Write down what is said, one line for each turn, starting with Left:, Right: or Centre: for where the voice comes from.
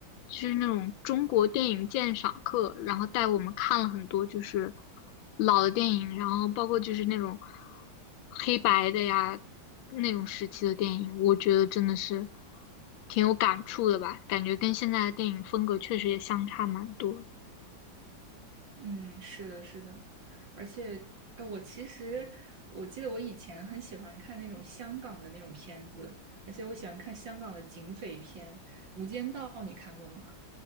Left: 就是那种中国电影鉴赏课，然后带我们看了很多就是老的电影，然后包括就是那种黑白的呀那种时期的电影，我觉得真的是挺有感触的吧，感觉跟现在的电影风格确实也相差蛮多的
Right: 嗯，是的，是的，而且，哎，我其实我记得我以前很喜欢看那种香港的那种片子，而且我喜欢看香港的警匪片，《无间道》，你看过吗？